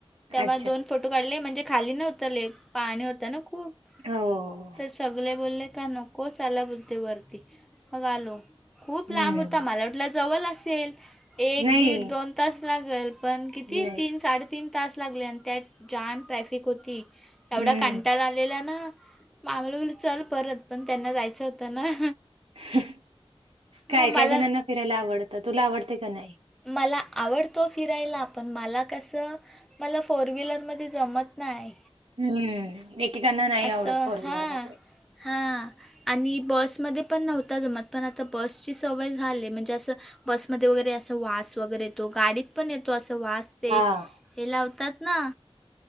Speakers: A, in the centre; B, on the right.
A: तेव्हा
B: अच्छा.
A: दोन -- फोटो काढले म्हणजे खाली नव्हतले पाणी होतं ना खूप.
B: हो.
A: तर सगळे बोलले का नकोच आला बोलते वरती मग आलो. खूप
B: हं.
A: लांब होता माला वाटला जवल असेल. एक
B: नाही,
A: दीड, दोन तास लागल, पण किती?
B: नाही.
A: तीन साडेतीन तास लागले आन त्यात जाम ट्रॅफिक होती, एवढा
B: हं.
A: कंटाला आलेला ना मागलं लं चल परत, पण त्यांना जायचं होतं ना.
B: हं,
A: मग
B: काय-काय
A: मला
B: जणांना फिरायला आवडतं, तुला आवडते का नाय?
A: मला आवडतो फिरायला, पण मला कसं मला फोर व्हीलरमध्ये जमत नाय.
B: हम्म एकेकांना नाही आवडत
A: असं
B: फोर व्हीलर
A: हां
B: मध्ये.
A: हां आणि बसमध्ये पण नव्हता जमत, पण आता बसची सवय झाली म्हणजे असं बसमध्ये वगैरे अस वास वगैरे येतो, गाडीत पण येतो असं वास ते,
B: हां,
A: हे लावतात ना?